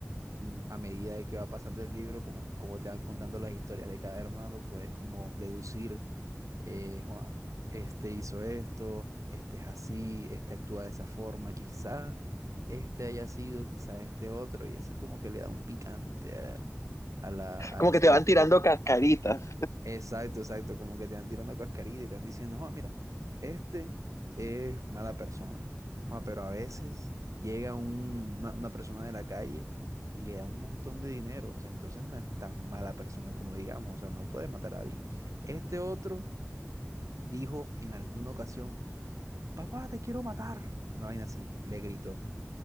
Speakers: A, on the right (about 75°); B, on the left (about 65°).
A: mm, a medida de que va pasando el libro, como, como te van contando las historias de cada hermano, puedes como deducir eh, "Joa, este hizo esto, este es así, este actúa de esa forma, quizá este haya sido, quizá este otro, y eso es como que le da un picante al- a, la, a
B: Como
A: esa
B: que te
A: lectura.
B: van tirando cascaritas.
A: Exacto, exacto, como que te van tirando cascarita y te van diciendo, oh, mira, este es mala persona. Joa, pero a veces llega un- una, una persona de la calle y le da un montón de dinero, o sea, entonces no es tan mala persona como digamos, o sea, no puede matar a alguien. Este otro dijo en alguna ocasión, papá, te quiero matar. Una vaina así, le gritó